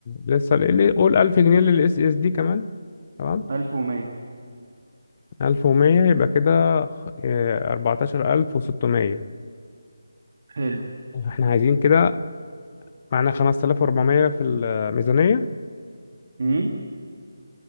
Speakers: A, on the left (about 30°); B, on the right (about 40°).
A: لسه اللي قول 1000 جنيه للإس إس دي كمان تمام
B: 1100
A: 1100 يبقى كده خ- آه، 14600
B: حلو
A: احنا عايزين كده معانا 5400 في الميزانية
B: مم.